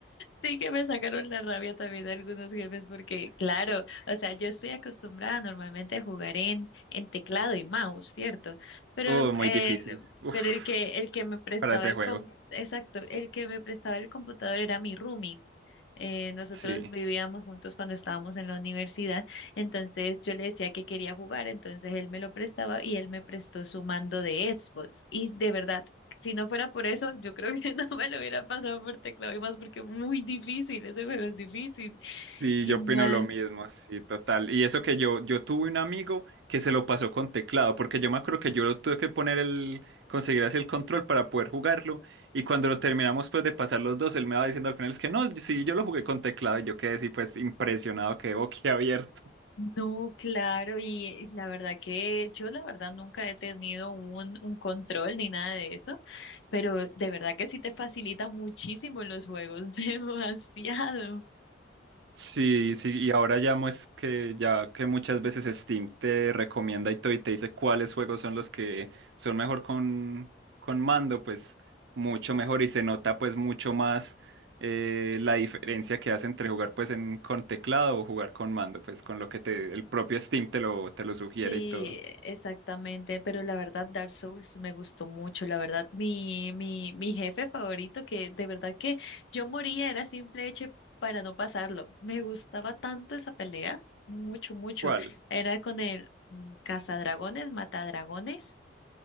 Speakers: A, on the left; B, on the right.
A: Sí que me sacaron la rabia también algunos jefes porque, claro, o sea, yo estoy acostumbrada normalmente a jugar en, en teclado y mouse, ¿cierto? Pero
B: Uh,
A: el,
B: muy difícil.
A: el-
B: Uf,
A: pero el que, el que me prestaba
B: para ese
A: el
B: juego.
A: com- exacto, el que me prestaba el computador era mi roomie. Eh, nosotros
B: Sí.
A: vivíamos juntos cuando estábamos en la universidad, entonces yo le decía que quería jugar, entonces él me lo prestaba y él me prestó su mando de Xbox. Y de verdad, si no fuera por eso, yo creo que <laughs> no me lo hubiera pasado por teclado y más porque es muy difícil, ese juego es difícil.
B: Y
A: Y
B: yo
A: más,
B: opino lo mismo, sí, total. Y eso que yo, yo tuve un amigo que se lo pasó con teclado, porque yo me acuerdo que yo lo tuve que poner el, conseguir así el control para poder jugarlo. Y cuando lo terminamos pues de pasar los dos, él me va diciendo al final es que no, sí, yo lo jugué con teclado y yo quedé así pues impresionado, quedé boquiabierto.
A: no, claro, y la verdad que yo la verdad nunca he tenido un, un control ni nada de eso, pero de verdad que sí te facilita muchísimo los juegos, <laughs> demasiado.
B: Sí, sí, y ahora ya es que ya que muchas veces Steam te recomienda y todo y te dice cuáles juegos son los que son mejor con, con mando, pues mucho mejor y se nota pues mucho más eh, la diferencia que hace entre jugar pues en con teclado o jugar con mando, pues con lo que te el propio Steam te lo te lo sugiere
A: Sí,
B: y todo.
A: exactamente, pero la verdad Dark Souls me gustó mucho, la verdad mi mi mi jefe favorito que de verdad que yo moría era simple hecho para no pasarlo. Me gustaba tanto esa pelea, mucho mucho.
B: ¿Cuál?
A: Era con el mm, cazadragones, matadragones.